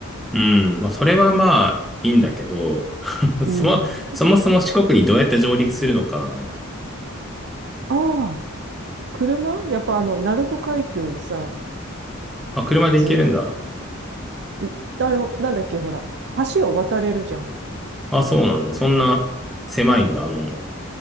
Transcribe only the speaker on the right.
うん。
ああ、車やっぱあの、鳴門海峡をさ、
ずっと、あの、なんだっけ、ほら、橋を渡れるじゃん。